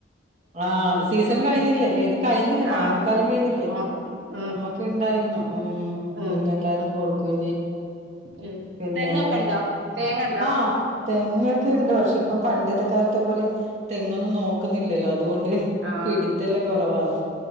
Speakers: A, on the right; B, on the right.
A: ആ സീസൺ കഴിഞ്ഞില്ലേ ഏത് കഴിഞ്ഞ് ല്ലേ
B: ആഹ്
A: മാങ്ങക്കാലം കഴിഞ്ഞില്ലേ
B: ആഹ് ഉം
A: നമ്മക്കിണ്ടായിരുന്നു
B: ഉം
A: പിന്നെ എല്ലാർക്കും
B: ഉം
A: കൊടുക്കുവേ
B: ഉം
A: പിന്നെ
B: തെങ്ങൊക്കെ ഉണ്ടോ തേങ്ങ ഉണ്ടോ
A: ആ തെങ്ങൊക്കെണ്ട്
B: ഉം
A: പക്ഷെ ഇപ്പം പണ്ടത്തെ കാലത്തെ പോലെ തെങ്ങൊന്നും നോക്കുന്നില്ലല്ലോ അതുകൊണ്ട്
B: ആഹ്
A: പിടിത്തെല്ലാം കൊറവാണ്